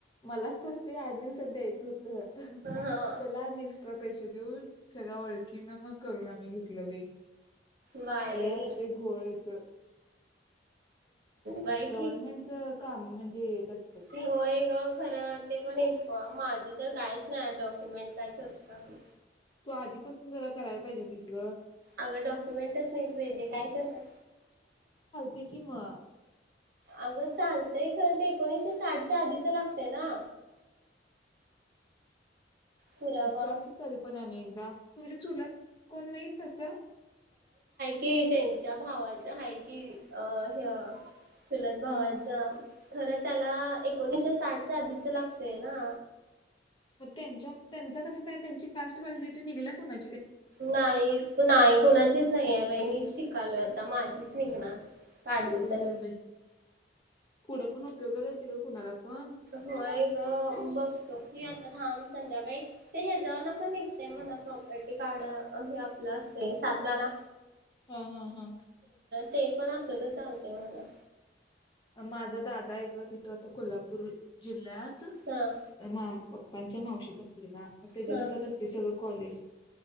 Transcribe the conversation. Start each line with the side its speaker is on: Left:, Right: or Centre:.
Left: मला तर ते आठ दिवसात द्यायचं होत त
Right: हा
Left: त्याला नेक्स्ट त पैसे देऊन सगळ ओळखी म मग करून आम्ही घेतलं बाई.
Right: बाई
Left: लय असते घोळच
Right: बाई.
Left: गव्हर्नमेंटच काम म्हणजे असतात.
Right: ते होय ग खरा ते पण एक म माझं तर काहीच नाही डॉक्युमेंट काय करू सांग.
Left: तू आधीपासून जरा करायला पाहिजे होतीस गं
Right: अगं डॉक्युमेंटच नाही वेद्य काय करणार.
Left: ते की म
Right: अगं चालतंय खर ते एकोणीशे साठच्या आधीच लागतेय ना पुरावा
Left: विचार की तरी पण आणि एकदा तुमच्या चुलात कोण नाही तसं
Right: कि त्यांच्या भावाच आहे कि अ हे चुलत भावायचं
Left: हा
Right: खरं त्याला एकोणीसशे साठच्या आधीच लागतय ना
Left: मग त्यांचा त्यांचा कसं काय त्यांची कास्ट व्हॅलिडीटी निघल्या कोणा
Right: नाही नाही कोणाचीच नाही आहे बाई मी शिकालो माझीच निघणार काढलो
Left: अग
Right: तर
Left: बाई पुढे पण उपयोगाला ग कुणाला पण
Right: होय ग बघतो की आता थाम संध्याकाळी ते ह्याच्यावर पण निघतेय म्हणा प्रॉपर्टी कार्ड हे आपलं असते सात बारा.
Left: हा हा हा.
Right: ते पण असल तर चालतय म्हना.
Left: माझा दादा आहे गं तिथं आता कोल्हापूर जिल्ह्यात
Right: हा
Left: तर मा पप्पांच्या मावशीचा मुलगा. मग त्याच्या
Right: हा
Left: हातात असतय सगळं. कॉलेज